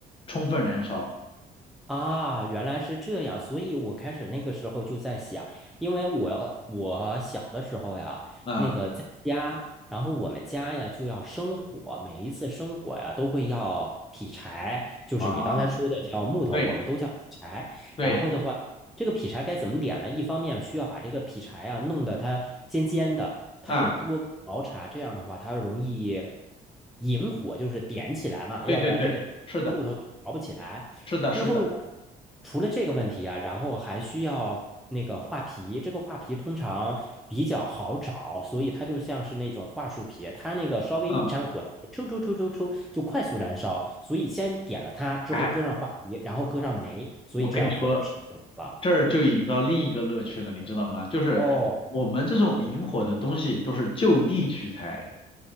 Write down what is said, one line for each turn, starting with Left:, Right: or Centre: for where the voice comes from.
Left: 充分燃烧。
Centre: 啊，原来是这样，所以我开始那个时候就在想，因为我我小的时候呀，
Left: 嗯。
Centre: 那个在家，然后我们家呀就要生火，每一次生火呀都会要劈柴，就是你刚才说的叫木头，
Left: 啊，对
Centre: 我们都叫劈柴。
Left: 对，
Centre: 然后的话，这个劈柴该怎么点呢？一方面需要把这个劈柴啊弄得它尖尖的，它有多个毛茬，
Left: 啊，
Centre: 这样的话它容易引火，就是点起来嘛，
Left: 对对对，
Centre: 要不然这个木头着不起来。
Left: 是的，是的，是的，
Centre: 之后呢，除了这个问题啊，然后还需要那个画皮，这个画皮通常比较好找，所以它就像是那种桦树皮，它那个稍微一沾火，
Left: 嗯，
Centre: 抽抽抽抽抽就快速燃烧，所以先点了它，之后搁上桦皮，
Left: 哎，
Centre: 然后搁上煤，所以这样火就升了。
Left: 我跟你说，这儿就引到另一个乐趣了，你知道吗？就是我们这种引火的东西都是就地取材。
Centre: 哦